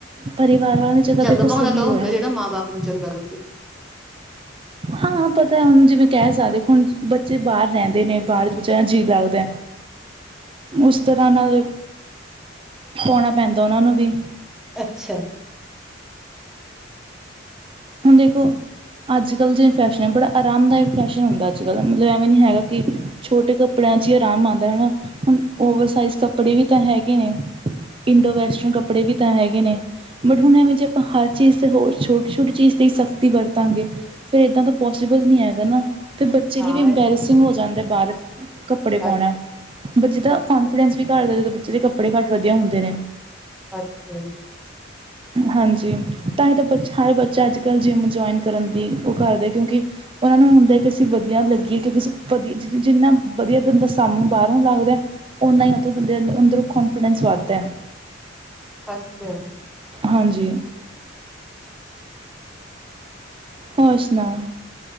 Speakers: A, on the right; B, in the centre.
A: ਪਰਿਵਾਰ ਵਾਲਿਆਂ ਨੂੰ ਜਦੋਂ
B: ਜੱਗ
A: ਦੇਖੋ
B: ਭਾਉਂਦਾ
A: ਸਹੀ
B: ਤਾਂ ਉਹ
A: ਹੋਇਆ।
B: ਹੁੰਦਾ ਜਿਹੜਾ ਮਾਂ ਬਾਪ ਨੂੰ ਚੰਗਾ ਲੱਗੇ
A: ਹਾਂ ਪਤਾ ਹੁਣ ਜਿਵੇਂ ਕਹਿ ਸਕਦੇ ਹੁਣ ਬੱਚੇ ਬਾਹਰ ਰਹਿੰਦੇ ਨੇ ਬਾਹਰ ਬੱਚਿਆਂ ਦਾ ਜੀਅ ਲੱਗਦਾ। ਉਸ ਤਰ੍ਹਾਂ ਨਾਲ ਪਾਉਣਾ ਪੈਂਦਾ ਉਹਨਾਂ ਨੂੰ ਵੀ
B: ਅੱਛਾ
A: ਹੁਣ ਦੇਖੋ ਅੱਜ ਕੱਲ੍ਹ ਜਿਹੜਾ ਫੈਸ਼ਨ ਹੈ ਬੜਾ ਆਰਾਮਦਾਇਕ ਫੈਸ਼ਨ ਹੁੰਦਾ ਅੱਜ ਕੱਲ੍ਹ ਮਤਲਬ ਐਵੇਂ ਨਹੀਂ ਹੈਗਾ ਕਿ ਛੋਟੇ ਕੱਪੜਿਆਂ 'ਚ ਹੀ ਆਰਾਮ ਆਉਂਦਾ ਹੈ ਨਾ ਹੁਣ ਓਵਰਸਾਈਜ਼ ਕੱਪੜੇ ਵੀ ਤਾਂ ਹੈਗੇ ਨੇ ਇੰਡੋ ਵੈਸਟਰਨ ਕੱਪੜੇ ਵੀ ਤਾਂ ਹੈਗੇ ਨੇ ਬਟ ਹੁਣ ਐਵੇਂ ਜੇ ਆਪਾਂ ਹਰ ਚੀਜ਼ ਹੋਛ ਹੋਛ। ਛੋਟੀ ਚੀਜ਼ 'ਤੇ ਹੀ ਸਖ਼ਤੀ ਵਰਤਾਂਗੇ ਫਿਰ ਇੱਦਾਂ ਤਾਂ ਪੋਸੀਬਲ ਨਹੀਂ ਹੈਗਾ ਨਾ ਅਤੇ ਬੱਚੇ
B: ਹਾਂ
A: ਲਈ ਵੀ ਇੰਬੈਰਸ ਹੋ ਜਾਂਦਾ ਬਾਹਰ ਕੱਪੜੇ ਪਾਉਣਾ
B: ਅੱਛਾ
A: ਬੱਚੇ ਦਾ
B: ਅੱਛਾ
A: ਕੋਂਨਫੀਡੈਂਸ ਵੀ ਘੱਟਦਾ ਜਦੋਂ ਜਿਦੇ ਕੱਪੜੇ ਘੱਟ ਵਧੀਆ ਹੁੰਦੇ ਨੇ
B: ਅੱਛਾ ਜੀ।
A: ਹਾਂਜੀ ਤਾਂ ਹੀ ਤਾਂ ਆਪਾਂ ਹਰ ਬੱਚੇ ਚ ਅੱਜ ਕੱਲ੍ਹ ਜਿੰਮ ਜੁਆਇਨ ਕਰਨ ਦੀ ਉਹ ਕਰਦੇ ਕਿਉਂਕਿ ਉਹਨਾਂ ਨੂੰ ਹੁੰਦਾ ਕਿ ਅਸੀਂ ਵਧੀਆ ਲੱਗੀਏ ਕਿਉਂਕਿਂ ਵਧੀਆ ਜ ਜਿੰਨਾ ਵਧੀਆ ਬੰਦਾ ਸਬ ਨੂੰ ਬਾਹਰੋਂ ਲੱਗਦਾ ਓਨਾ ਹੀ ਉਹਦਾ ਬੰਦੇ ਅੰ ਅੰਦਰੋਂ ਕੋਂਨਫੀਡੈਂਸ ਵੱਧਦਾ ਹੈ।
B: ਅੱਛਾ।
A: ਹਾਂਜੀ ਹੋਰ ਸੁਣਾਓ